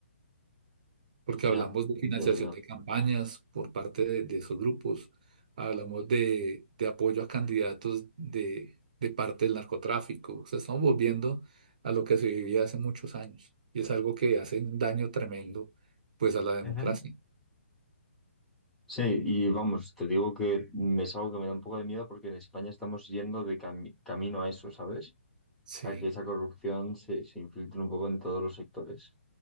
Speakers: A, on the right; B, in the centre.
A: porque
B: Ya,
A: hablamos de financiación
B: ya, ya.
A: de campañas por parte de, de esos grupos, hablamos de, de apoyo a candidatos de, de parte del narcotráfico, o sea, estamos volviendo a lo que se vivía hace muchos años y es algo que hace un daño tremendo pues a la democracia.
B: Ujú. Sí, y vamos, te digo que me es algo que me da un poco de miedo porque en España estamos yendo de cami- camino a eso, ¿sabes?
A: Sí,
B: A que esa corrupción se, se infiltre un poco en todos los sectores.